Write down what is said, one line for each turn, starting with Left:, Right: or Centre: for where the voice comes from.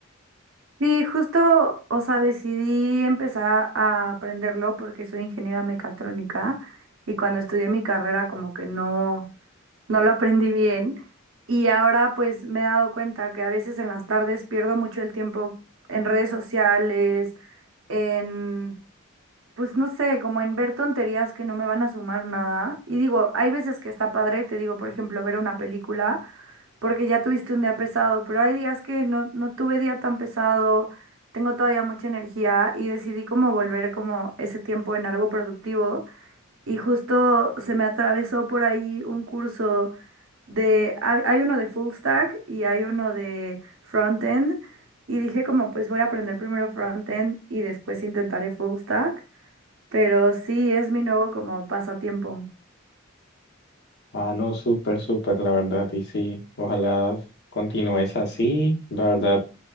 Right: Sí, justo, o sea, decidí empezar a aprenderlo porque soy ingeniera mecatrónica y cuando estudié mi carrera como que no, no lo aprendí bien y ahora pues me he dado cuenta que a veces en las tardes pierdo mucho el tiempo en redes sociales, en pues no sé, como en ver tonterías que no me van a sumar nada. Y digo, hay veces que está padre, te digo, por ejemplo, ver una película, porque ya tuviste un día pesado, pero hay días que no, no tuve día tan pesado, tengo todavía mucha energía y decidí como volver como ese tiempo en algo productivo. Y justo se me atravesó por ahí un curso de, hay hay uno de full stack y hay uno de front end. Y dije como, pues voy a aprender primero front end y después intentaré full stack. Pero sí, es mi nuevo como pasatiempo.
Left: Ah, no, súper, súper, la verdad, y sí, ojalá continúes así, la verdad.